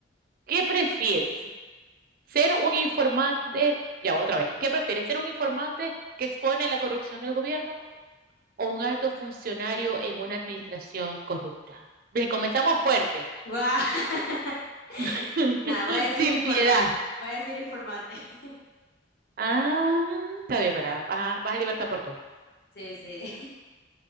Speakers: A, on the right; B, on the left.
A: ¿qué prefieres? ¿Ser un informante? Ya, otra vez. ¿Qué prefieres? ¿Ser un informante que expone la corrupción del gobierno o un alto funcionario en una administración corrupta? Bien, comenzamos fuerte.
B: ¡Guau! <laughs>
A: <laughs>
B: Nada, voy a decir
A: Sin
B: informante.
A: piedad.
B: Voy a decir informante. <laughs>
A: Ah, está bien, ¿verdad? Vas a, vas a libertad por todo.
B: Sí, sí.